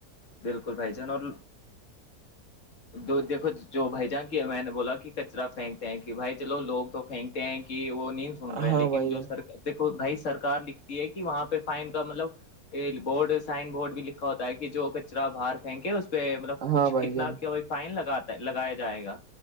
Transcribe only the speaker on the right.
<inaudible>
ہاں
بھائی
جان
ہاں بھائی
جان